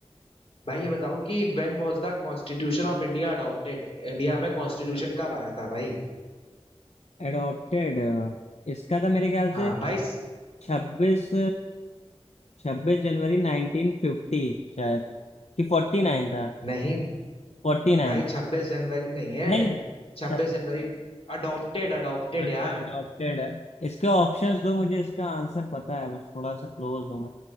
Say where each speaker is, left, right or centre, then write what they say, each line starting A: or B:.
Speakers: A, on the left; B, on the left.
A: भाई ये बताओ कि when was the constitution of India adopted India में कॉन्स्टिट्यूशन कब आया था भाई
B: एडॉप्टेड इसका था मेरे ख्याल से
A: हाँ भाई स-
B: छब्बीस छब्बीस जनवरी नाइनटीन फिफ्टी शायद कि फोर्टी नाइन था
A: नहीं
B: फोर्टी नाइन
A: भाई छब्बीस जनवरी नहीं है
B: नहीं
A: छब्बीस
B: छब-
A: जनवरी अडॉप्टेड अडॉप्टेड
B: अच्छा
A: यार
B: अडॉप्टेड इसके ऑप्शंस दो मुझे इसका आंसर पता है बस थोड़ा सा क्लोज हूँ